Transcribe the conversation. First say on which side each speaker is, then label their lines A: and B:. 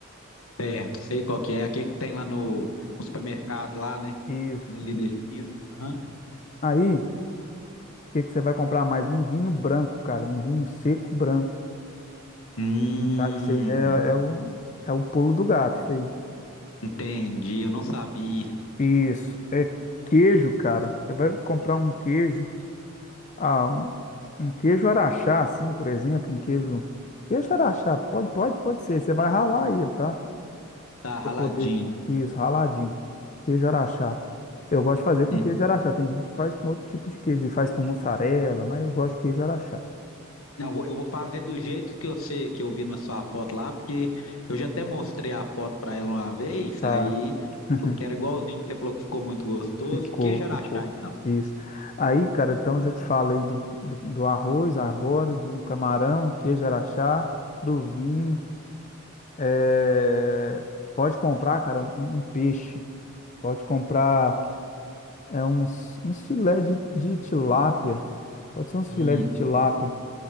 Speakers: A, on the left; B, on the left.
A: Certo, sei qual que é. Aquele que tem lá no, no supermercado lá, né?
B: Isso,
A: Dali
B: isso.
A: da esquina. Aham.
B: Aí. que que você vai comprar mais? Um vinho branco, cara, um vinho seco branco,
A: Hum,
B: tá? Que isso aí é, é o, é o pulo do gato, isso aí.
A: entendi, eu não sabia.
B: Isso, é queijo, cara. Você vai comprar um queijo, ah, um, um queijo araxá, assim, por exemplo, um queijo, queijo araxá, pode, pode, pode ser. Você vai ralar ele, tá?
A: Tá
B: Pra
A: raladinho.
B: você poder, isso, raladinho. Queijo araxá. Eu gosto de fazer com
A: Hum.
B: queijo araxá. Tem gente que faz com outro tipo de queijo, e faz com mussarela, mas eu gosto de queijo araxá,
A: Não, eu vou eu vou fazer do jeito que eu sei, que eu vi na sua foto lá, porque eu já até mostrei a foto pra ela uma vez,
B: tá?
A: aí
B: <laughs>
A: eu quero igualzinho que você falou que ficou muito gostoso.
B: Ficou,
A: Queijo Araxá,
B: ficou.
A: então.
B: Isso. Aí, cara, então já te falei do, do, do arroz arbóreo, do camarão, queijo araxá, do vinho. É, Pode comprar, cara, um, um peixe. Pode comprar é, uns, uns filé de, de tilápia. Pode ser uns
A: Hum,
B: filé de tilápia.